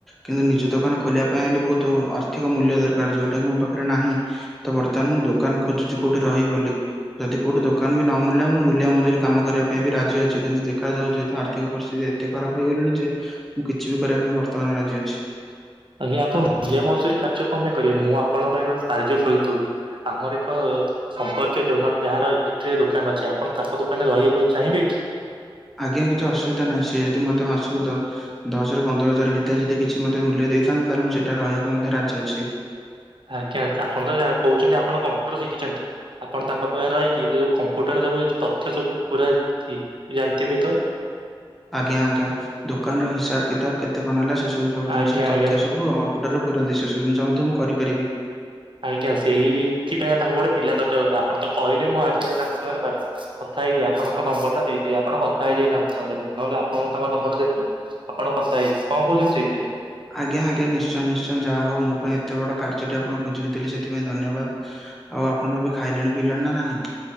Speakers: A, in the centre; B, on the right.
A: କିନ୍ତୁ ନିଜ ଦୋକାନ ଖୋଲିବା ପାଇଁ ହେଲେ ବହୁତୁ ଆର୍ଥିକ ମୂଲ୍ୟ ଦରକାର, ଯୋଉଟା କିି ମୋ ପାଖରେ ନାହିଁ। ତ ବର୍ତ୍ତମାନ ମୁଁ ଦୋକାନ ଖୋଜୁଛି କୋଉଠି ରହିିବ ବୋଲି, ଯଦି କୋଉଠି ଦୋକାନ ବି ନ ମିଳିଲା ମୁଁ ମୁ ମୁଲିଆ ମଜୁରୀ କାମ କରିବା ପାଇଁ ବି ରାଜି ଅଛି, କିନ୍ତୁ ଦେଖାଯାଉ ଯେହେତୁ ଆର୍ଥିକ ପରିସ୍ଥିତି ଏତେ ଖରାପ ହୋଇଗଲାଣି ଯେ ମୁଁ କିଛି ବି କରିବା ପାଇଁ ବର୍ତ୍ତମାନ ରାଜି ଅଛି।
B: ଆଜ୍ଞା ଆପଣ ମୁଲିଆ ମଜୁରୀ କାର୍ଯ୍ୟ କଣ ପାଇଁ କରିବେ ମୁଁ ଆପଣଙ୍କ ପାଇଁ ଏବେ କାର୍ଯ୍ୟ ଖୋଜି ଦଉଛି। ଆମର ଏକ ସମ୍ପର୍କୀୟ ଯୋଉ ମୋର ଯାହାର ଇଲେକ୍ଟ୍ରିକ୍ ଦୋକାନ ଅଛି, ଆପଣ ତାଙ୍କ ଦୋକାନରେ ରହିବାକୁ ଚାହିଁବେ କି?
A: ଆଜ୍ଞା କିଛି ଅସୁବିଧା ନାହିଁ। ସିଏ ଯଦି ମୋତେ ମାସକୁ ଦ- ଦଶରୁ ପନ୍ଦର ହଜାର ଭି ତରେ ଯଦି କିଛି ମୋତେ ମୂଲ୍ୟ ଦେଇଥାନ୍ତେ। ତାହେଲେ ମୁଁ ସେଠାରେ ରହିବାକୁ ମଧ୍ୟ ରାଜି ଅଛି।
B: ଆଜ୍ଞା ତଶଆପଣ ତ ଯା କହୁଛନ୍ତି ଆପଣ କମ୍ପୁଟର ଶିଖିଛନ୍ତି। ଆପଣ ତାଙ୍କ ପାଖରେ ରହିକି ଯେଉ କମ୍ପୁଟରରେ ସବୁ ଏଇ ଯେ ତଥ୍ୟ ସବୁ ପୁରା ଠିକ୍ ଯେ ଜାଣି ଥିବେ ତ?
A: ଆଜ୍ଞା, ଆଜ୍ଞା ଦୋକାନର ହିସାବ କିତାବ କେତେ କଣ ହେଲା ସେ ସବୁ ସବୁ ଜିନିଷ
B: ଆଜ୍ଞା
A: ତଥ୍ୟ
B: ଆଜ୍ଞା।
A: ସବୁ ହଁ କମ୍ପୁଟରର ପୁରାନ୍ତି ସେ ସବୁ ଜିନିଷ ମଧ୍ୟ ମୁଁ କରିପାରିବି।
B: ଆଜ୍ଞା ସେଇଥିପାଇଁ ତାଙ୍କୁ ଗୋଟେ ପିଲା ଦରକାର ହଉଥିଲା, ଆପଣ ତ କହିଲେ ମୁଁ ଆଜି <inaudible> ତାଙ୍କ ସାଙ୍ଗରେ <inaudible> କଥା ହେଇକି ଆପଣଙ୍କ ନମ୍ବର୍ ଟା ଦେଇ ଦେବି, ଆପଣ କଥା ହେଇଯିବେ ତାଙ୍କ ସାଙ୍ଗରେ। ନହେଲେ ଆ ମୁଁ ତାଙ୍କ ନମ୍ବର୍ ଟା ଦେଇଦେବି ଆପଣ କଥା ହେଇଯିବେ, କଣ କହୁଛନ୍ତି ସେଇଥିରେ?
A: ଆଜ୍ଞା, ଆଜ୍ଞା ନିଶ୍ଚୟ ନିଶ୍ଚୟ ଯାହା ହଉ ମୋ ପାଇଁ ଏତେ ବଡ଼ କାର୍ଯ୍ୟଟି ଆପଣ ଖୋଜିକି ଦେଲେ ସେଥିପାଇଁ ଧନ୍ୟବାଦ। ଆଉ ଆପଣ ଏବେ ଖାଇଲେଣି ପିଇଲେଣି ନା ନାହିଁ?